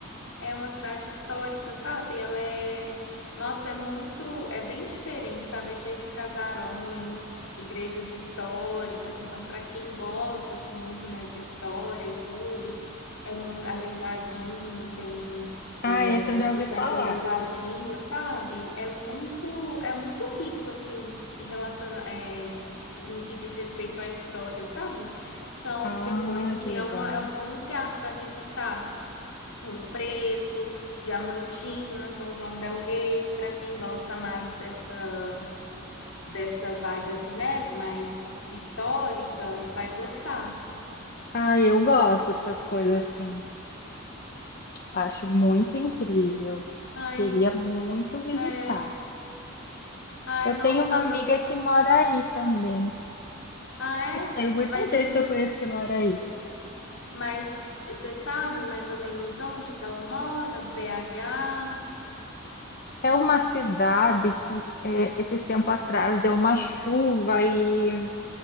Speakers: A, on the left (about 75°); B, on the left (about 45°).
A: É uma cidade histórica, sabe? Ela é, nossa, é muito, é bem diferente, sabe? É cheio de casarões, igrejas históricas, então para quem gosta assim muito, né, de história e tudo, é muito Aleijadinho, tem
B: Ah,
A: é,
B: esse
A: construções
B: eu já ouvi falar.
A: de Aleijadinho, sabe? É muito, é muito rico assim em relação, é, no que diz respeito à história, sabe? Então
B: Ah,
A: depois assim
B: que legal.
A: é uma, é um bom lugar para visitar. Ouro Preto, Diamantina, São João del Rei, para quem gosta mais dessa dessa vibe assim, né, mais histórica, vai gostar.
B: Ah, eu gosto dessas coisas assim. Acho muito incrível.
A: Ai,
B: Queria muito visitar.
A: é, ai,
B: Eu
A: nossa,
B: tenho uma amiga
A: você,
B: que mora aí também.
A: ah é?
B: Tem muita
A: Mas você,
B: gente que eu conheço que mora aí.
A: mas você sabe mais ou menos onde que ela mora? BH?
B: É uma cidade que é, esses tempos atrás deu uma chuva e